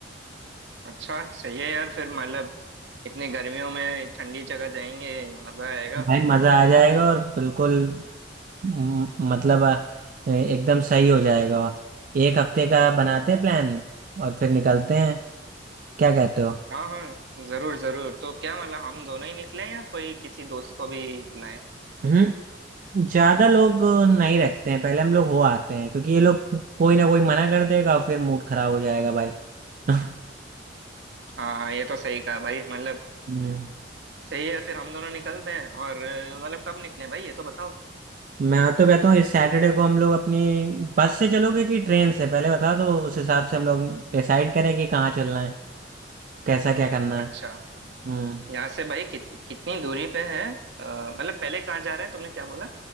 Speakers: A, on the right; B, on the right.
A: है अच्छा सही है यार फिर मतलब इतनी गर्मियों में ठंडी जगह जाएंगे मजा आएगा
B: भाई मजा आ जाएगा और बिल्कुल म- मतलब अ, एकदम सही हो जाएगा एक हफ्ते का बनाते हैं प्लान और फिर निकलते हैं क्या कहते हो
A: हाँ हाँ जरूर जरूर तो क्या मतलब हम दोनों ही निकले या कोई किसी दोस्त को भी बुलाएं
B: हम्म ज्यादा लोग नहीं रखते हैं पहले हम लोग हो आते हैं क्योंकि ये लोग कोई ना कोई मना कर देगा और फिर मूड खराब हो जाएगा भाई <laughs>
A: हाँ ये तो सही कहा भाई मतलब
B: हम्म
A: सही है फिर हम दोनों निकलते हैं और अ, मतलब कब निकलें भाई ये तो बताओ
B: मैं तो कहता हूँ इस सैटरडे को हम लोग अपनी बस से चलोगे कि ट्रेन से पहले बता दो उस हिसाब से हम लोग डिसाइड करें कि कहाँ चलना है कैसा क्या करना
A: अच्छा
B: है हम्म
A: यहाँ से भाई कित, कितनी दूरी पे है अ, मतलब पहले कहाँ जा रहे हैं तुमने क्या बोला